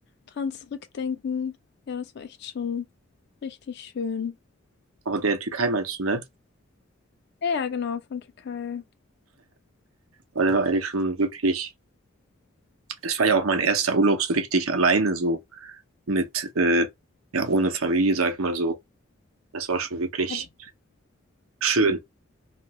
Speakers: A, on the left (about 50°); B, on the right (about 85°).
A: dran zurückdenken. Ja, das war echt schon richtig schön.
B: Auch der Türkei meinst du, ne?
A: Ja, ja, genau, von Türkei.
B: Weil der war eigentlich schon wirklich, das war ja auch mein erster Urlaub so richtig alleine, so mit, äh, ja, ohne Familie, sag ich mal so. Das war schon wirklich
A: Ja,
B: schön.